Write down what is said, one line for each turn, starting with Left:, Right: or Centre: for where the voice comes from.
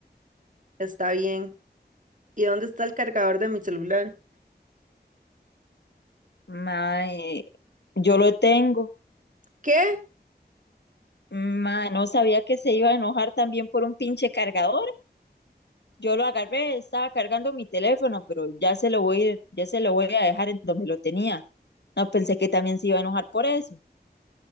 Right: está bien. ¿Y dónde está el cargador de mi celular?
Left: Ma, eh, yo lo tengo.
Right: ¿Qué?
Left: Ma, no sabía que se iba a enojar también por un pinche cargador. Yo lo agarré, estaba cargando mi teléfono, pero ya se lo voy, ya se lo voy a dejar en donde lo tenía. No pensé que también se iba a enojar por eso.